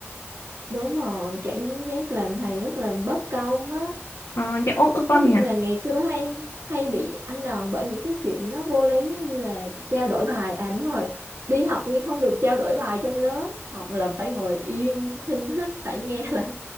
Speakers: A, on the right; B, on the left.
A: đúng rồi cảm giác làm thầy rất là bất công á
B: ờ chắc uất ức
A: nói
B: lắm
A: chung
B: nhỉ
A: là ngày xưa hay hay bị ăn đòn bởi những cái chuyện nó vô lý giống như là trao đổi bài à đúng rồi đi học nhưng không được trao đổi bài trong lớp học là phải ngồi im thinh thích phải nghe <laughs> lời